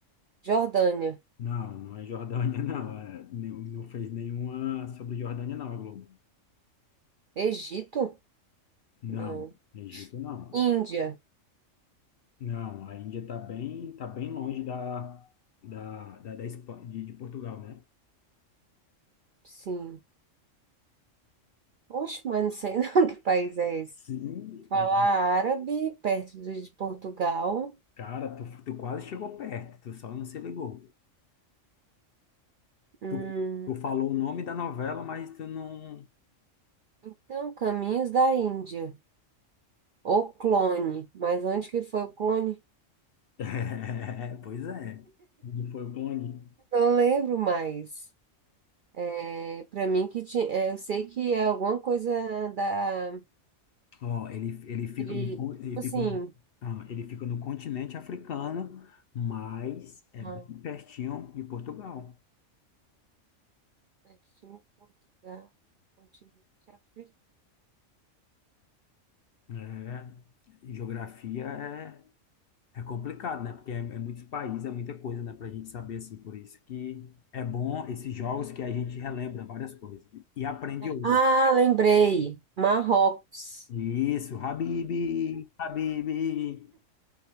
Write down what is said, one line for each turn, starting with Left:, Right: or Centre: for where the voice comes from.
Right: Jordânia,
Left: Não, não é Jordânia, <laughs> não. É, nem- não fez nenhuma sobre Jordânia, não, a Globo.
Right: Egito?
Left: Não,
Right: Não.
Left: Egito não.
Right: Índia,
Left: Não, a Índia está bem, tá bem longe da, da, da, da Espa- de, de Portugal, né?
Right: sim. Poxa, mas não sei não <laughs> que país é
Left: Sim,
Right: esse. Fala
Left: é,
Right: árabe, perto do- de Portugal.
Left: cara, tu, tu quase chegou perto, tu só não se ligou.
Right: Hum,
Left: Tu, tu falou o nome da novela, mas tu não. <laughs>
Right: então, caminhos da Índia. O clone, mas onde que foi o clone?
Left: É, pois é. Onde foi o clone?
Right: Não lembro mais. É, para mim que tinha, é, eu sei que é alguma coisa da
Left: Ó, ele, ele fica
Right: ele,
Left: no, con- ele
Right: tipo assim,
Left: fica no, ah, ele fica no continente africano, mas é
Right: ah,
Left: bem pertinho de Portugal.
Right: Palestina, Portugal, continente africano.
Left: É, e geografia é, é complicado, né? Porque é, é muitos países, é muita coisa, né? Pra gente saber, assim. Por isso que é bom esses jogos que a gente relembra várias coisas né? e aprende outras.
Right: Ah, lembrei. Marrocos.
Left: Isso, Habib, Habib.